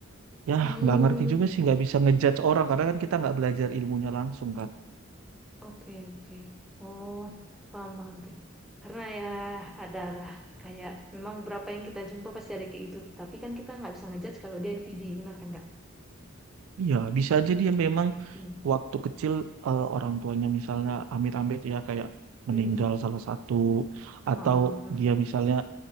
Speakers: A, on the right (about 85°); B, in the centre.
A: ya
B: Hmm,
A: nggak ngerti juga sih nggak bisa ngejudge orang karena kan kita nggak belajar ilmunya langsung kan
B: oke, oke. Oh, paham, paham deh. Karena ya adalah kayak memang berapa yang kita jumpa pasti ada kayak gitu. Tapi kan kita nggak bisa ngejudge kalau dia NPD, benar kan nggak?
A: iya bisa aja dia memang
B: Hmm.
A: waktu kecil eh, orang tuanya misalnya amit-amit ya kayak meninggal
B: Mm-mm.
A: salah satu atau
B: Ah,
A: dia misalnya